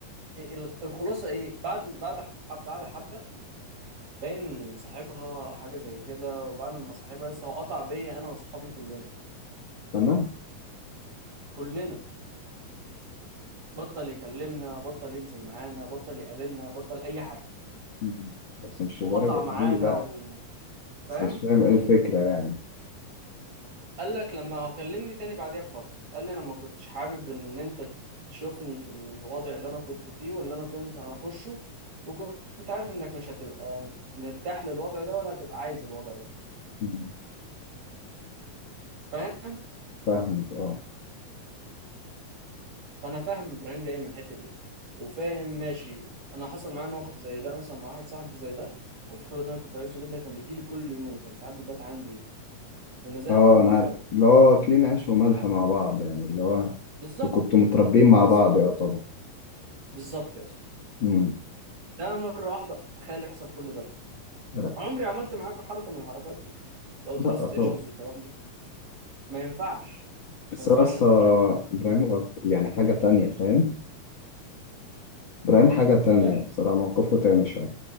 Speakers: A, on the right (about 50°); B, on the left (about 45°).
A: ال- الخلاصة ايه بعد بعد حب بعد حبة باين صاحبها او حاجه زي كده وبعد ما صاحبها لسه هو قطع بيا انا واصحابي كلنا
B: تمام
A: كلنا بطل يكلمنا بطل ينزل معانا بطل يقابلنا بطل اي حاجه
B: مم. بس مش
A: وقطع
B: لدرجة
A: معانا
B: ليه بقى
A: و... فاهم
B: بس مش فاهم إيه الفكرة يعني
A: قال لك لما هو كلمني تاني بعديها بفتره قال لي انا ما كنتش حابب ان انت تشوفني في الوضع اللي انا كنت فيه واللي انا كنت هخشه وكنت عارف انك مش هتبقى مرتاح للوضع ده ولا هتبقى عايز الوضع ده
B: مم.
A: فاهم
B: فاهمك أه
A: فانا فاهم ابراهيم جاي من حته ايه وفاهم ماشي انا حصل معايا موقف زي ده مثلا مع واحد صاحبي زي ده على فكره الواد ده انا كنت عايزه جدا كان بيجي لي كل يوم كان ساعات بيبات عندي وانا زي
B: اه
A: اكتر من
B: انا
A: اخوات
B: عارف اللي هو اكلين عيش وملح مع بعض يعني اللي هو
A: بالظبط
B: انتوا كنتوا متربيين مع
A: بالظبط
B: بعض يا طبعا
A: بالظبط يا اسطى
B: امم
A: ده مره واحده تخيل يحصل كل ده
B: لا
A: عمري عملت معاك حركه من الحركات دي لو تراست
B: لا طبعا
A: ايشوز والكلام ده ما ينفعش
B: بس
A: ما ينفعش
B: هو أصلا
A: يا بروجكت
B: ابراهيم غلط يعني حاجة تانية فاهم ابراهيم حاجة تانية
A: يا ابني
B: الصراحة موقفه تاني شوية